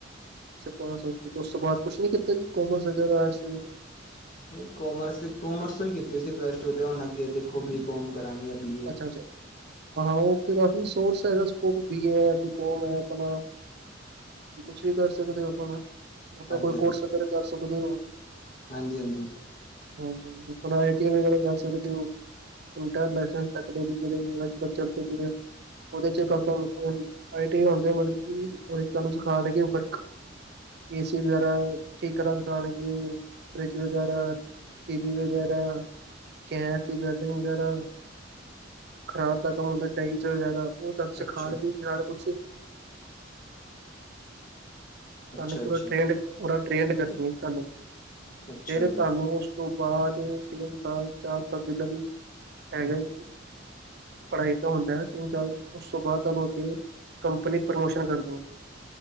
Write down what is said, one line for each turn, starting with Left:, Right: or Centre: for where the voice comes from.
Right: ਅੱਛਾ। ਪਾਸ ਆਊਟ ਕੀਤੀ ਏ ਉਸ ਤੋਂ ਬਾਅਦ ਕੁਛ ਨੀ ਕੀਤਾ ਜੀ ਕੋਮਰਸ ਵਗੈਰਾ ਆਰਟਸ ਵਗੈਰਾ।
Left: ਨਹੀਂ ਕੋਮਰਸ ਵੀ ਕੋਮਰਸ ਤੋਂ ਹੀ ਕੀਤੀ ਸੀ ਪਲੱਸ ਟੂ ਤੇ ਹੁਣ ਅੱਗੇ ਦੇਖੋ ਬੀ ਕੋਮ ਕਰਾਂਗੇ ਬੀ ਏ
Right: ਅੱਛਾ ਹਾਂ। ਕਾਫੀ ਸੋਰਸ ਹੈਗਾ ਬੀ ਏ, ਬੀ ਕਾਮ ਆਪਣਾ। ਕੁਛ ਵੀ ਕਰ ਸਕਦੇ ਹੋ ਆਪਣਾ। ਆਪਾਂ
Left: ਹਾਂਜੀ
Right: ਕੋਈ ਕੋਰਸ ਵਗੈਰਾ ਕਰ ਸਕਦੇ ਹੋ।
Left: ਹਾਂਜੀ-ਹਾਂਜੀ।
Right: ਹਾਂਜੀ ਆਪਣਾ ਆਈ ਟੀ ਆਈ ਵਗੈਰਾ ਕਰ ਸਕਦੇ ਹੋ ਇੰਟਰਨੈਸ਼ਨਲ। ਟੈਕਨਾਲੋਜੀ ਅੱਜ-ਕੱਲ੍ਹ ਚੱਲਦੇ ਪਏ ਏ। ਉਹਦੇ ਕ- ਆਈ ਟੀ ਹੁੰਦੇ ਮਤਲਬ ਕਿ ਤੁਹਾਨੂੰ ਸਿਖਾ ਦੇ ਕੇ ਵਰਕ ਏਸੀ ਵਗੈਰਾ ਠੀਕ ਕਰਨ ਸਿਖਾਣਗੇ, ਫਰਿਜ ਵਗੈਰਾ। ਟੀ ਵੀ ਵਗੈਰਾ, ਗੈਚ ਬਲਡਿੰਗ ਵਗੈਰਾ। ਖ਼ਰਾਬ ਦਾ ਕੰਮ ਹੁੰਦਾ ਡੈਈਜ਼ ਵਗੈਰਾ ਉਹ ਸਾਨੂੰ ਸਿਖਾਣਗੇ
Left: ਅੱਛਾ
Right: ਸਾਰਾ ਕੁਛ ਹੀ।
Left: ਅੱਛਾ
Right: ਤੁਹਾਨੂੰ ਪੂਰਾ
Left: ਅੱਛਾ
Right: ਟ੍ਰੇਡ ਪੂਰਾ ਟ੍ਰੇਡ ਕਰਨਗੇ ਤੁਹਾਨੂੰ।
Left: ਅੱਛਾ
Right: ਫਿਰ
Left: ਜੀ
Right: ਤੁਹਾਨੂੰ ਉਸ ਤੋਂ ਬਾਅਦ ਤਿੰਨ ਸਾਲ ਚਾਰ ਸਾਲ ਜਿਦਾਂ ਵੀ ਹੈਗੇ ਪੜ੍ਹਾਈ ਤਾਂ ਹੁੰਦਾ ਏ, ਤਿੰਨ ਸਾਲ ਉਸ ਤੋਂ ਬਾਅਦ ਤੁਹਾਨੂੰ ਅੱਗੇ। ਕੰਪਨੀ ਪ੍ਰਮੋਸ਼ਨ ਕਰਦੀ ਨੇ।